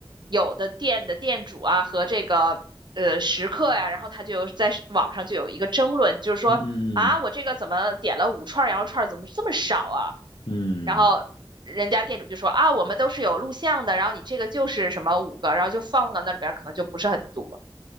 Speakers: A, on the right (about 55°); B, on the left (about 70°).
A: 有的店的店主啊和这个呃食客呀、然后他就有在是网上就有一个争论，就是说啊，
B: 嗯嗯
A: 我这个怎么点了五串羊肉串，怎么这么少啊？
B: 嗯嗯，
A: 然后人家店主就说啊，我们都是有录像的，然后你这个就是什么五个，然后就放到那里边，可能就不是很多，